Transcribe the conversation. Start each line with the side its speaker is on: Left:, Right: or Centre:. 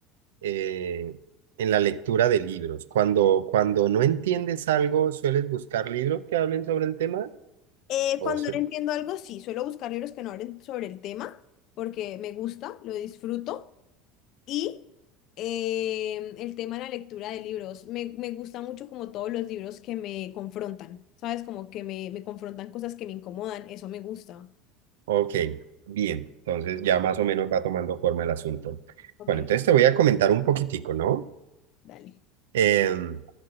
Right: eh, en la lectura de libros? Cuando, cuando no entiendes algo, ¿sueles buscar libros que hablen sobre el tema?
Left: Eh,
Right: O
Left: cuando
Right: se-
Left: no entiendo algo, sí, suelo buscar libros que no hablen sobre el tema porque me gusta, lo disfruto. Y em, el tema de la lectura de libros. Me, me gusta mucho como todos los libros que me confrontan, ¿sabes? Como que me, me confrontan cosas que me incomodan, eso me gusta.
Right: ok, bien. Entonces ya más o menos va tomando forma el asunto.
Left: Ok,
Right: Bueno, entonces te voy a comentar un poquitico, ¿no?
Left: dale.
Right: Em,